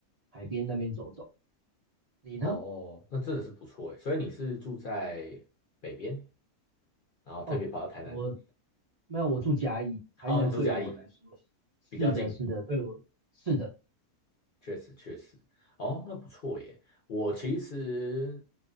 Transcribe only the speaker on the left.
哦，那真的是不错诶。所以你是住在北边，然后特别跑到台南？
哦，你住嘉义，
比较近。
确实确实，哦，那不错耶。我其实